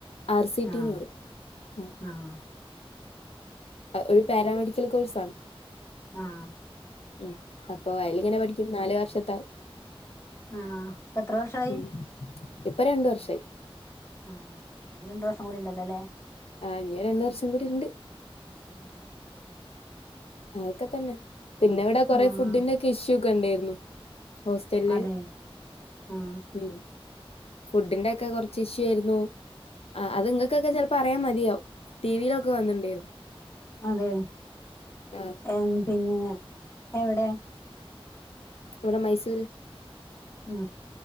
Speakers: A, on the left; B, on the left.
A: ആർ സി ടിിന്ന്
B: ആഹ്
A: പറയും ആ
B: ആഹ്
A: ഒരു പാരാമെഡിക്കൽ കോഴ്സ് ആണ്
B: ആഹ
A: ഉ അപ്പൊ അയല ഇങ്ങനെ പഠിക്കും നാല് വർഷത്താൽ
B: ആഹ ഇപ്പൊ എത്ര വർഷയി
A: ഉം ഇപ്പൊ രണ്ടു വർഷമായി
B: ആഹ രണ്ടു വർസം കൂടി ഉണ്ടല്ലോ അല്ലേ
A: ആഹ ഇഞ രണ്ടു വർസം കൂടി ഉണ്ട്
B: ആഹ്
A: അതൊക്കെ തന്നെ പിന്നെ ഇവിടെ കൊറെേ
B: ആഹ്
A: ഫുഡിന്റെ ഒക്കെ ഇഷ്യൂ ഒക്കെ ഉണ്ടായിരുന്നു ഹോസ്റ്റല
B: അതെ ആഹ്
A: ഉ ഫുഡിന്റെ ഒക്കെ കുറച്ച് ഇഷ്യൂ ആയിരുന്നു ആ അത് നിങ്ങൾക്കൊക്കെ ചെപ്പോ അറിയൻ മതി ഇയോ ടി വിയിലൊക്കെ വന്നിണ്ടായിരുന്നു
B: അതെ
A: ആഹ്
B: ഏ പിന്നെ എവിടെ
A: ഇവിടെ മൈസൂര്
B: ആ